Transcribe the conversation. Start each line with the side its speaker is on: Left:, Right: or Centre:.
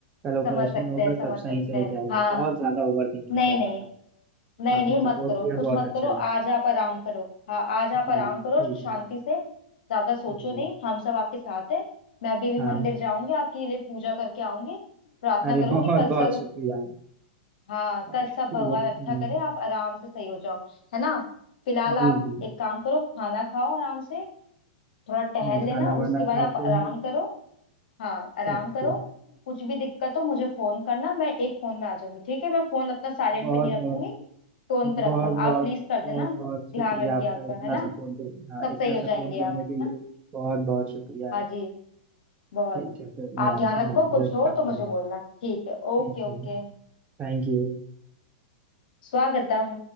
Right: कल ऑपरेशन
Left: समझ सकते
Right: होगा
Left: हैं समझ
Right: सब सही
Left: सकते
Right: सही
Left: हैं
Right: जाएगा
Left: हाँ
Right: बहुत ज्यादा ओवर थिंकिंग
Left: नहीं
Right: कर
Left: नहीं
Right: रहा था
Left: नहीं
Right: आपने
Left: नहीं मत
Right: सपोर्ट
Left: करो
Right: दिया
Left: कुछ
Right: बहुत
Left: मत
Right: अच्छा
Left: करो
Right: लगा
Left: आज आप आराम करो हाँ आज आप
Right: जी
Left: आराम
Right: ठीक
Left: करो शांति
Right: है
Left: से ज्यादा सोचो
Right: जी
Left: नहीं हम सब आपके साथ हैं मैं भी अभी
Right: हाँ
Left: मंदिर जाऊंगी आपके लिए पूजा करके आऊंगी प्रार्थना
Right: अरे
Left: करूंगी
Right: बहुत
Left: कल सल
Right: बहुत शुक्रिया
Left: हाँ कल
Right: आपके
Left: सब भगवान
Right: लिए हम्म,
Left: अच्छा करे आप आराम से सही हो जाओ है ना फिलहाल
Right: जी
Left: आप
Right: जी
Left: एक काम करो खाना खाओ आराम से थोड़ा टहल
Right: हम्म,
Left: लेना
Right: खाना
Left: उसके
Right: वाना
Left: बाद
Right: खाते
Left: आप आराम
Right: हैं
Left: करो हाँ आराम
Right: ओके
Left: करो कुछ भी दिक्कत हो मुझे फोन करना मैं एक फोन में आ जाऊंगी ठीक है मैं फोन अपना साइलेंट
Right: बहुत
Left: पे नहीं रखूंगी
Right: बहुत
Left: टोन
Right: बहुत
Left: पे रखूंगी
Right: बहुत
Left: आप प्लीज कर देना
Right: बहुत बहुत
Left: ध्यान
Right: शुक्रिया
Left: रखिए
Right: आपका
Left: आपका
Right: इतना
Left: है ना
Right: सपोर्ट दे हाँ
Left: सब
Right: इतना
Left: सही हो जाएंगे
Right: सपोर्ट देने
Left: आप
Right: के
Left: है
Right: लिए
Left: ना
Right: बहुत बहुत शुक्रिया
Left: हाँ जी बहुत
Right: ठीक है फिर
Left: आप
Right: मैं
Left: ध्यान रखो
Right: मैं
Left: कुछ
Right: विश
Left: हो
Right: करता
Left: तो मुझे
Right: हूँ
Left: बोलना ठीक है ओके
Right: ठीक
Left: ओके
Right: है Thank you
Left: स्वागतम